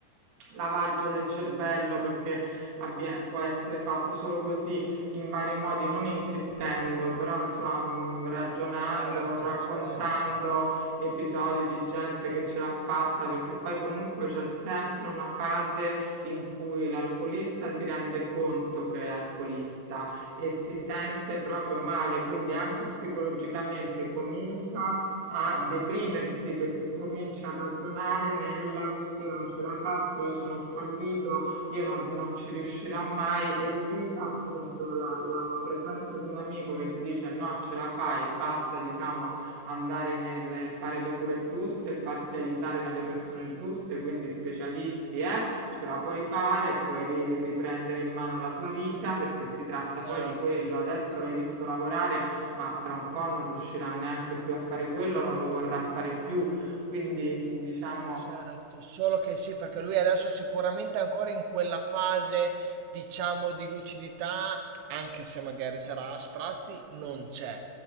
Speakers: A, on the right; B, on the right.
A: lavaggio del cervello perché avvie- può essere fatto solo così in vari modi, non insistendo, però insomma mh, ragionando,
B: certo,
A: raccontando
B: certo,
A: episodi di gente che ce l'ha fatta, perché poi comunque c'è sempre una fase in cui l'alcolista si rende conto che è alcolista e si sente proprio male, quindi anche psicologicamente comincia a deprimersi perché comincia a ragionare nel io non ce la faccio, io sono un fallito, io non, non ci riuscirò mai. E lì appunto la, la- la presenza di un amico che ti dice no, ce la fai, basta, diciamo, andare nel fare le cure giuste, farsi aiutare dalle persone giuste, quindi specialisti, eh, ce la puoi fare, puoi ri- riprendere in mano la tua vita perché si tratta
B: certo.
A: poi di quello. Adesso l'hai visto lavorare, ma tra un po' non riuscirà neanche più a fare quello, non lo vorrà fare più. Quindi, diciamo,
B: Certo, solo che sì, perché lui adesso sicuramente è ancora in quella fase, diciamo, di lucidità, anche se magari sarà a sprazzi, non c'è.